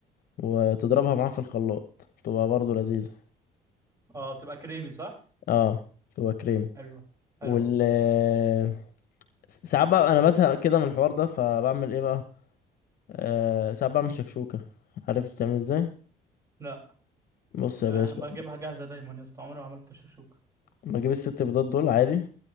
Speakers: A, on the left (about 60°); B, on the right (about 20°).
A: وتضربها معاها في الخلاط تبقى برضو لذيذه
B: آه بتبقى كريمي صح
A: اه تبقى كريمي
B: حلوة حلوة
A: وال آه، ساعات بقى انا بزهق كده من الحوار ده فبعمل ايه بقى آه، ساعات بعمل شكشوكه عارف بتعمل ازاي
B: لا
A: بص يا
B: أنا
A: باشا
B: بجيبها جاهزة دايما يا اسطى عمري ما عملت شكشوكة
A: لما اجيب الست بيضات دول عادي